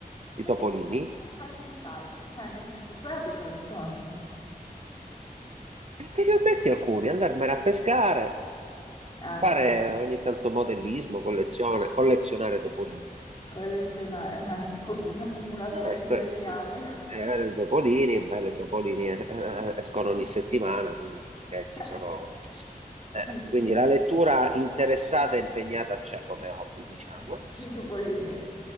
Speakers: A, on the left; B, on the right.
A: ma
B: i
A: tu
B: topolini.
A: non fai nient'altro, cioè nel senso i tuoi hobby quali sono?
B: E te li ho detti alcuni, andarmene a pescare,
A: Eh.
B: fare ogni tanto modellismo, collezione, collezionare topolini.
A: Collezionare, ma co- l'accumulatore
B: Eh,
A: seriale.
B: que- eh, erano i topolini, beh, i topolini eh, eh, escono ogni settimana, quindi, eh, ci
A: <laughs>
B: sono...
A: Cioè,
B: eh,
A: Senti,
B: quindi la lettura interessata e impegnata c'è come hobby, diciamo.
A: eh, i topolini.